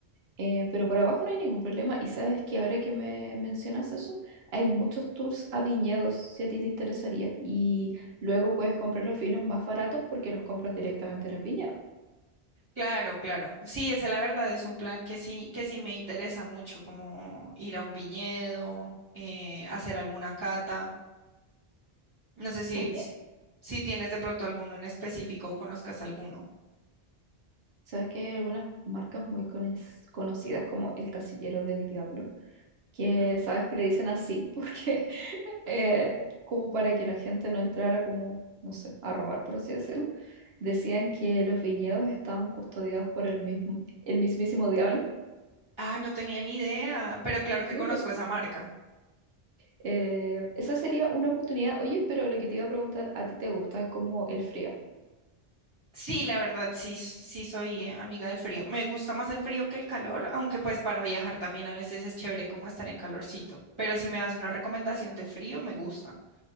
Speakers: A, on the right; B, on the right.
A: Eh, pero por abajo no hay ningún problema. Y sabes que ahora que me mencionas eso, hay muchos tours a viñedos, si a ti te interesaría. Y luego puedes comprar los vinos más baratos porque los compras directamente en el viñedo.
B: Claro, claro. Sí, esa la verdad es un plan que sí, que sí me interesa mucho, como ir a un viñedo, eh, hacer alguna cata. No sé si,
A: Oye,
B: si, si tienes de pronto alguno en específico o conozcas alguno.
A: sabes que hay algunas marcas muy cones- conocidas como el Casillero del Diablo, que
B: Mm.
A: sabes que le dicen así <laughs> porque eh, como para que la gente no entrara como, no sé, a robar, por así decirlo. Decían que los viñedos estaban custodiados por el mismo, el mismísimo diablo.
B: Ah, no tenía ni idea, pero claro que
A: Sí.
B: conozco esa marca.
A: Eh, esa sería una oportunidad. Oye, pero lo que te iba a preguntar, ¿a ti te gusta como el frío?
B: Sí, la verdad, sí, sí sí soy eh, amiga del frío. Me gusta más el frío que el calor, aunque pues para viajar también a veces es chévere como estar en calorcito. Pero si me das una recomendación de frío, me gusta.